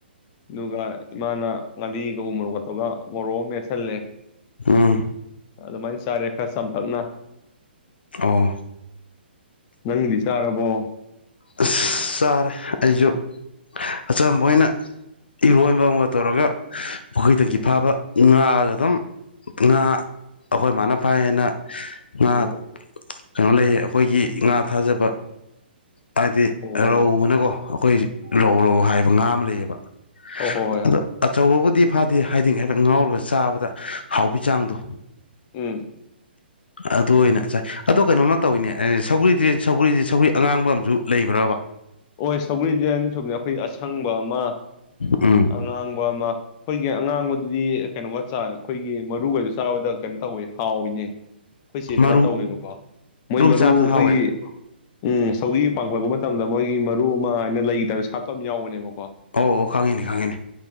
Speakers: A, on the left; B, on the left.
A: ꯑꯗꯨꯒ ꯏꯃꯥꯅ ꯉꯥꯔꯤ ꯑ ꯎ ꯃꯣꯔꯣꯛ ꯀꯠꯇꯒ ꯃꯣꯔꯣꯛ ꯃꯦꯠꯁꯤꯜꯂꯦ
B: ꯎꯝ
A: ꯑꯗꯨꯃꯥꯏꯅ ꯆꯥꯔꯦ ꯆꯝꯄꯛꯅ
B: ꯑꯣ
A: ꯅꯪ ꯆꯥꯔꯔꯕꯣ
B: ꯑꯁ ꯆꯥꯔꯦ ꯑꯩꯁꯨ ꯑꯆꯝꯕ ꯑꯣꯏꯅ ꯏꯔꯣꯟꯕ ꯑꯃꯒ ꯇꯧꯔꯒ ꯃꯈꯈꯣꯏꯗꯒꯤ ꯐꯥꯕ ꯉꯥꯒ ꯑꯗꯨꯝ ꯉꯥ ꯑꯩꯈꯣꯏ ꯃꯥꯅ ꯐꯥꯏ ꯍꯥꯏꯅ ꯉꯥ
A: ꯑꯣ
B: ꯀꯩꯅꯣ ꯂꯩ ꯑꯩꯈꯣꯏꯒꯤ ꯉꯥ ꯊꯥꯖꯕ ꯍꯥꯏꯗꯤ
A: ꯑꯣ
B: ꯔꯧꯅꯀꯣ ꯑꯩꯈꯣꯏ ꯔꯧ ꯔꯧ ꯍꯥꯏꯕ ꯉꯥ ꯑꯃ ꯂꯩꯌꯦꯕ
A: ꯍꯣꯏ ꯍꯣꯏ ꯍꯣꯏ
B: ꯑꯗꯣ
A: ꯍꯣꯏ
B: ꯑꯆꯥ ꯋꯥꯕꯨꯗꯤ ꯐꯗꯦ ꯍꯥꯏꯗꯤꯡ ꯍꯥꯏꯐꯦ ꯉꯥꯎꯔꯒ ꯆꯥꯕꯗ ꯍꯥꯎꯕꯤ ꯆꯥꯡꯗꯣ
A: ꯎꯝ
B: ꯑꯗꯨ ꯑꯣꯏꯅ ꯉꯁꯥꯏ ꯑꯗꯣ ꯀꯩꯅꯣꯅ ꯇꯧꯋꯤꯅꯦ ꯑꯦ ꯁꯧꯒ꯭ꯔꯤꯁꯦ ꯁꯒꯔꯤꯁꯦ ꯁꯧꯒ꯭ꯔꯤ ꯑꯉꯥꯡꯕ ꯑꯃ ꯨ ꯂꯩꯕ꯭ꯔꯕ
A: ꯍ ꯁꯧꯔꯤꯖꯟ ꯁꯣꯝꯅ ꯑꯩꯈꯣꯏ ꯑꯁꯪꯕ ꯑꯃ
B: ꯎꯝ
A: ꯑꯉꯥꯡꯕ ꯑꯃ꯫ ꯎ꯫ ꯑꯩꯈꯣꯏꯒꯤ ꯑꯉꯥꯡꯕꯗꯨꯗꯤ ꯀꯩꯅꯣꯒ ꯆꯥ꯫ ꯑꯩꯈꯣꯏꯒꯤ ꯃꯔꯨꯈꯩꯗꯣ ꯆꯥꯕꯗ ꯀꯩꯝ꯫ ꯇꯧꯋꯦ ꯍꯥꯎꯋꯤꯅꯦ ꯑꯩꯈꯣꯏ ꯆꯦꯗꯒꯥ
B: ꯃꯔꯨ
A: ꯇꯧꯋꯦꯕꯀꯣ꯫ ꯃꯣꯏ ꯃꯔꯨ
B: ꯆꯥꯕꯗ
A: ꯑꯩꯈꯣꯏꯒꯤ꯫
B: ꯍꯥꯎꯋꯦ
A: ꯎꯝ ꯁꯧꯒꯤ ꯄꯥꯡꯈꯠꯂꯛꯄ ꯃꯇꯝꯗ꯫ ꯃꯣꯏꯒꯤ ꯃꯔꯨ ꯑꯃ ꯍꯥꯏꯅ ꯂꯩ ꯒꯤ ꯇꯥꯏꯄꯇꯥ ꯁꯥꯠꯄ ꯑꯃ ꯌꯥꯎꯕꯅꯦꯕꯀꯣ꯫
B: ꯑꯣ ꯑꯣ ꯈꯪꯉꯤꯅꯦ ꯈꯪꯉꯤꯅꯦ